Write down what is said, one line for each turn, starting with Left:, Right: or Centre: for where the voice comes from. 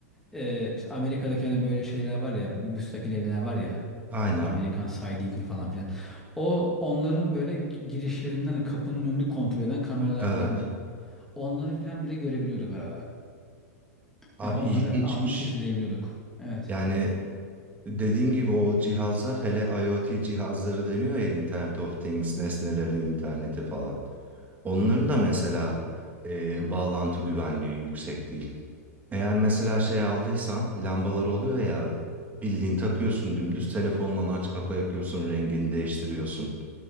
Centre: e, mesela Amerika'daki hani böyle şeyler var ya müstakil evler var ya
Right: Aynen.
Centre: Amerikan sidingli falan filan. O onların böyle girişlerinden hani kapının önünü kontrol eden kameralar
Right: Evet.
Centre: filan onları filan bile görebiliyorduk arada.
Right: Abi
Centre: Ya onları
Right: ilginçmiş.
Centre: anlık izleyebiliyorduk. Evet.
Right: Yani Dediğim gibi o cihazlar hele IoT cihazları deniyor ya Internet of Things nesnelerin interneti falan. Onların da mesela e, bağlantı güvenliği yüksek değil. Eğer mesela şey aldıysan lambalar oluyor ya bildiğin takıyorsun dümdüz telefondan aç kapa yapıyorsun rengini değiştiriyorsun.